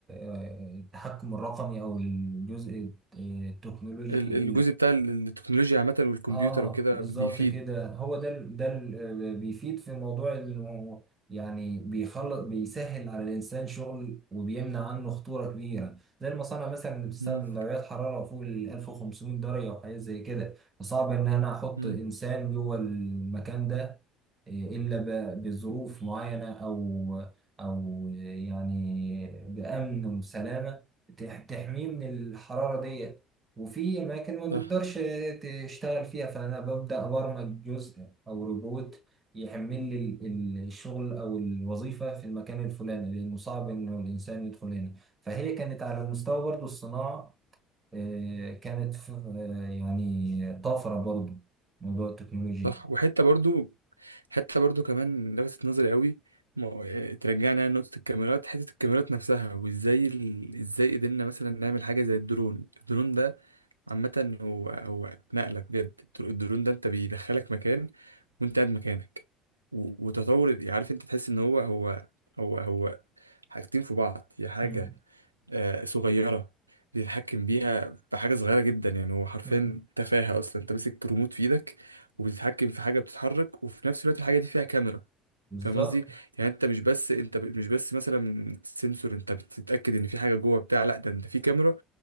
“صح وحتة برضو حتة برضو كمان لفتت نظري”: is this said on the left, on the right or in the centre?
Right